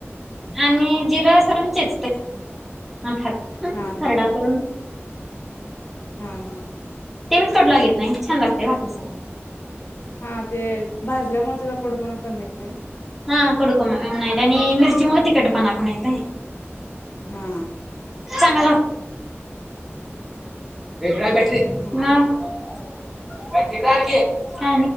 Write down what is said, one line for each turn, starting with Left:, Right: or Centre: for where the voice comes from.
Centre: आणि जिर असत. इकडे आण चेचते. अन खातो,
Left: हा
Centre: खरडा करून
Left: हम्म हम्म
Centre: तिखट लागत नाही. छान लागतय भाकरी सोबत
Left: हा ते भाजल्यामुळे त्याचा कडुपणा कमी येतोय.
Centre: हा कडूपणा कमी न मिर्चीमुळ तिखटपणा पण येतय,
Left: हा
Centre: चांगल. <unintelligible>
Left: हा.